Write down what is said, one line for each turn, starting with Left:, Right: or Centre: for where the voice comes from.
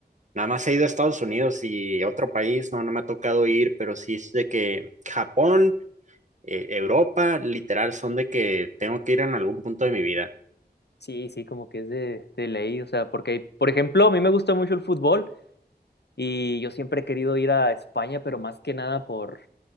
Right: Nada más he ido a Estados Unidos y otro país, no, no me ha tocado ir, pero sí es de que Japón, eh, Europa, literal, son de que tengo que ir en algún punto de mi vida.
Left: sí, sí, como que es de, de ley, o sea, porque, por ejemplo, a mí me gusta mucho el fútbol y yo siempre he querido ir a España, pero más que nada por